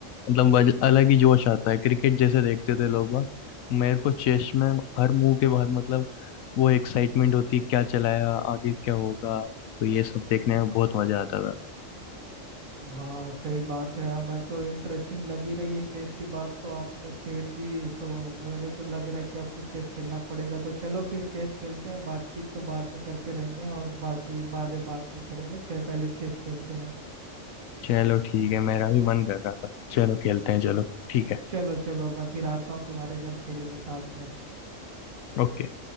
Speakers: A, on the left (about 85°); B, on the right (about 90°).
A: मतलब वज- अलग ही जोश आता है क्रिकेट जैसे देखते थे लोग बाग मेरे को चेस में हर मूव के बाद मतलब वो एक्साइटमेंट होती है क्या चलाया आगे क्या होगा तो ये सब देखने में बहुत मजा आता था
B: हाँ सही बात है मैं तो इंटरेस्टिंग लगी रही है चेस की बात तो आपने छेड़ दी तो मेरे को लग रहा है कि अब तो चेस खेलना पड़ेगा तो चलो फिर चेस खेलते हैं बातचीत तो बाद में करते रहेंगे और बाकी बातें बाद में करेंगे चे, पहले चेस खेलते हैं हम
A: चलो ठीक है मेरा भी मन कर रहा था चलो खेलते हैं चलो ठीक है
B: चलो चलो मैं फिर आता हूँ तुम्हारे घर खेलेंगे साथ में
A: ओके